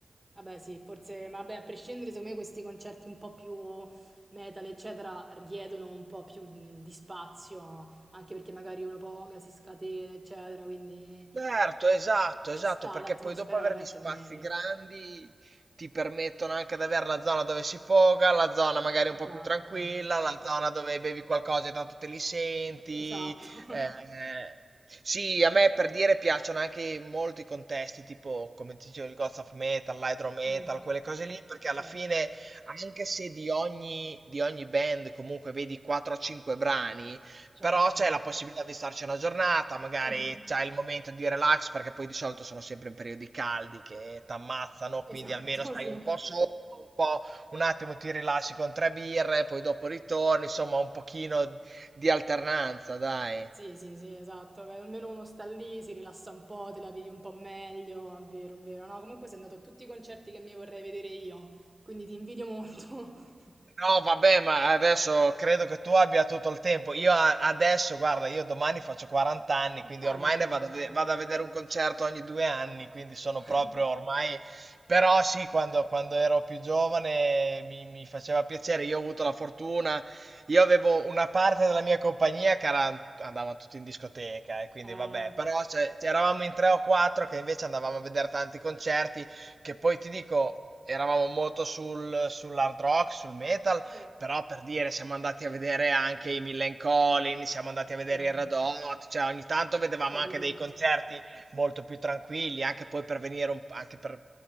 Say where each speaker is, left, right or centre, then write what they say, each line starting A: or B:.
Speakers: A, on the right; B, on the right.
A: Vabbè sì, forse, ma vabbè, a prescindere, secondo me questi concerti un po' più metal, eccetera, richiedono un po' più mm, di spazio, anche perché magari uno poga si scatena, eccetera, quindi
B: Certo, esatto,
A: ci
B: esatto,
A: sta,
B: perché
A: l'atmosfera
B: poi dopo avere
A: all'aperto
B: gli spazi
A: è meglio.
B: grandi ti permettono anche di avere la zona dove si poga, la zona magari
A: Esatto,
B: un po' più tranquilla, la zona dove bevi qualcosa e tanto te li senti.
A: esatto. <laughs>
B: eh. Sì, a me per dire piacciono anche molto i contesti, tipo come ti dicevo il Gods of Metal, l'Hydro Metal,
A: Mh,
B: quelle cose lì, perché alla
A: certo,
B: fine, anche se di ogni, di ogni band comunque vedi 4 o 5 brani,
A: certo.
B: però c'è la possibilità di starci una giornata, magari
A: Mh-mh.
B: c'hai il momento di relax, perché poi di solito sono sempre in periodi caldi che t'ammazzano,
A: Esatto,
B: quindi almeno stai
A: sì.
B: un po' sotto, un po' un attimo ti rilassi con tre birre, poi dopo ritorni, insomma un pochino di alternanza, dai.
A: Sì, sì, sì, esatto. Beh, almeno uno sta lì, si rilassa un po', te la vivi un po' meglio. È vero, è vero. No, comunque sei andato a tutti i concerti che mi vorrei vedere io, quindi ti invidio molto. <laughs>
B: No, vabbè, ma adesso credo che tu abbia tutto il tempo. Io a- adesso, guarda, io domani faccio 40 anni, quindi
A: Eh,
B: ormai
A: vabbè,
B: ne
A: dai.
B: vado a, ve- vado a vedere un concerto ogni due anni, quindi sono
A: <laughs>
B: proprio ormai... Però sì, quando, quando ero più giovane mi, mi faceva piacere, io ho avuto la fortuna, io avevo una parte della mia compagnia che era- andavano tutti in discoteca e quindi
A: Eh,
B: vabbè, però cioè, eravamo in tre o quattro che invece andavamo a vedere tanti concerti, che poi ti dico Eravamo molto sul sull'hard rock, sul metal,
A: certo.
B: però per dire siamo andati a vedere anche i Millen Collin, siamo andati
A: Okay,
B: a vedere
A: un
B: i Red Hot, cioè ogni tanto vedevamo
A: po'
B: anche
A: di tutto.
B: dei concerti molto più tranquilli, anche poi per venire un anche per